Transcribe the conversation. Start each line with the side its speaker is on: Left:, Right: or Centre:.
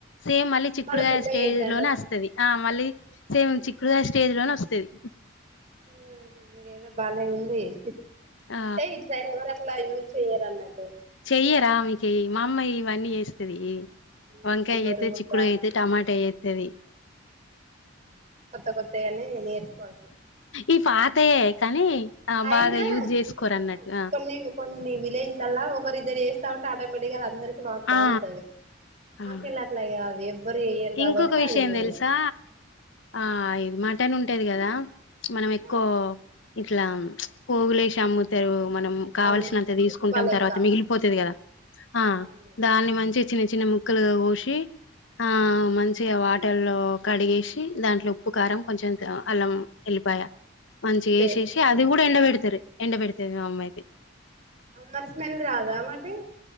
Left: సేమ్ మళ్లీ చిక్కుడుకాయ
Right: మళ్ళ పెద్దగా
Left: స్టేజ్
Right: అయితదంటరు
Left: లోనే వస్తది ఆ మళ్లీ సేమ్ చిక్కుడుకాయ స్టేజ్ లోనే వస్తది
Right: ఆ ఇదేదో బానే ఉంది హు
Left: ఆ
Right: అంటే ఇటు సైడ్ ఎవరు ఇట్లా యూజ్ చెయ్యరు అన్నడు
Left: చెయ్యరా మికేయి మా అమ్మ యి ఇవన్నీ చేస్తుది
Right: ఈ
Left: వంకాయ
Right: బొరుగులు
Left: అయితే చిక్కుడు
Right: గాని
Left: అయితే టమాటో వేస్తది
Right: కొత్త కొత్తయి అని నేర్చుకోవల్
Left: ఈ పాతయే కానీ ఆ
Right: అయినా
Left: బాగా యూజ్ చేసుకోరు
Right: ఇప్పుడు
Left: అన్నట్టు
Right: కొన్ని కొన్ని విలేజ్లలా ఒకరు ఇద్దరు చేస్తా ఉంటే ఆటోమేటిక్గా ఆది అందరికి మాకు బాగుంటది
Left: ఆ ఆ
Right: మాకు
Left: ఆ
Right: ఎలా అట్లా అది ఎవ్వరు వేయ్యరు
Left: ఇంకొక
Right: కాబట్టి మాకు
Left: విషయం
Right: తెలవదు
Left: తెలుసా ఆ అయిది మట్టన్ ఉంటది కదా మనం ఎక్కువ
Right: ఆ
Left: ఇట్లా పోగులేసి అమ్ముతారు మనం కావాల్సినంత
Right: అవునవును
Left: తీసుకుంటాం
Right: కుప్ప లెక్క
Left: తర్వాత మిగిపోతది కదా ఆ
Right: అవును
Left: దానీ మంచి చిన్న చిన్న ముక్కలుగా కోసి
Right: అ
Left: ఆ మంచిగా వాటల్లో కడిగేసి దాంట్లో ఉప్పు కారం కొంచెం అల్లం వుళ్ళిపాయా మంచిగా
Right: పేస్ట్
Left: వేసేసి అది కూడా ఎండ పెడతారు ఎండబెడితది మా అమ్మయితే
Right: అ మారి స్మెల్ రాదా మారీ